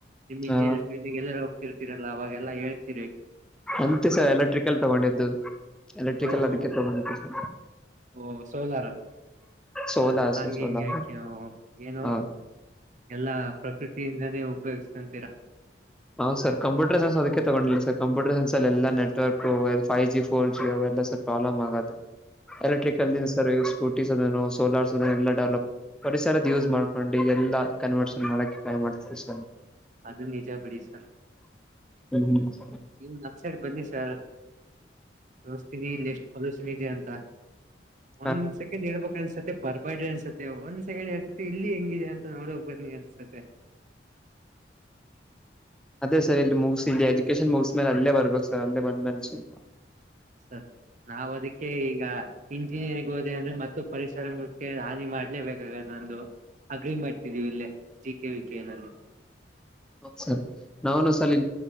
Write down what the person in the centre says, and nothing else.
ಹ
ಅಂತೆ ಸರ್ ಎಲೆಕ್ಟ್ರಿಕಲ್ ತಗೊಂಡಿದ್ದು ಎಲೆಕ್ಟ್ರಿಕಲ್
ಅದಕ್ಕೆ ತಗೊಂಡಿದ್ದು ಸ
ಸೋಲಾರ್
ಸರ್ ಸೋಲಾರ್
ಹ
ಹೌದು ಸರ್ ಕಂಪ್ಯೂಟರ್ ಸೈನ್ಸ್ ಅದಕ್ಕೆ ತಗೊಂಡಿಲ್ಲ ಸರ್ಂಪ್ಯೂಟರ್ ಸೈನ್ಸ್ ಅ ಎಲ್ಲ ನೆವರ್ಕ್ುದು ೈವ ಜಿ ಫೋರ್ಿ ರ್ ಪ್ರಾಬ್ಲಮ್ ಆಗದು ಎಲೆಕ್ಟ್ರಿಕಲ್ರ್ ಯಸ್ ಸ್ೂಟಿ ಅ ಸೋಲಾರ್ಸ್ ಅದ ಎಲ್ಲ ಡೆವಲಪ್ ಪರಿಸರದ ಯೂಸ್ ಮಾಡ್ಕೊಂಡು ಎಲ್ಲಾ ಕನ್ವರ್ಷನ್ ಮಾಡಕ್ಕೆ ಮಾಡ್ ಸ
ಸರಿ
ಹ
ಅದೇ ಸರ್ಲ್ಲಿ ಮುಗಿಸಿ ಇಲ್ಲಿ ಎಜುಕೇಶನ್ ಮುಗಿಸ ಮೇಲೆ ಅಲ್ಲೇ ಬರ್ಬೇಕು ವಂದನ್ ಶಿಲ್ಪ
ಸರ್ ನಾನು ಸಲ